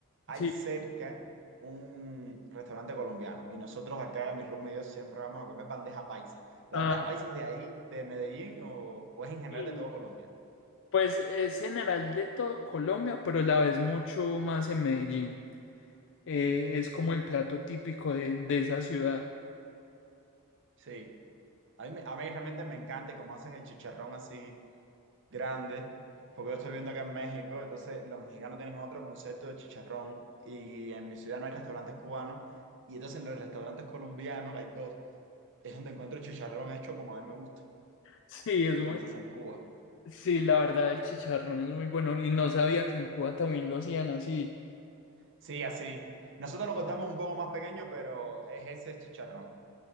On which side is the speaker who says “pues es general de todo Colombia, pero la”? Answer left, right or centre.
Left